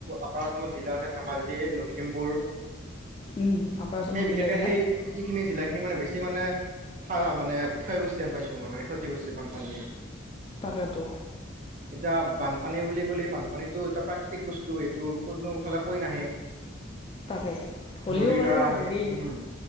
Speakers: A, on the right (about 40°); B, on the left (about 25°).
A: আপাৰ অসমত জিলা আছে ধেমাজি, লখিমপুৰ
B: উম আপাৰ আছামৰ
A: সেই
B: জিলাবিলাক
A: বিশেষকে সেই সেই যিখিনি জিলাখিনি মানে বেছি মানে সা মানে ক্ষয়গস্তি পাইছো <unintelligible> মানে ক্ষতি কৰিছে বানপানীয়ে।
B: তাকেতো
A: এতিয়া বানপানী বুলি ক'লে বানপানীটো এটা প্ৰাকৃতিক বস্তু, এইটো কোনো ফালে কৈ নাহে
B: তাকে। হ'লেও
A: নদীৰ
B: বাৰু
A: দ্বাৰা আহে
B: হেৰি
A: উম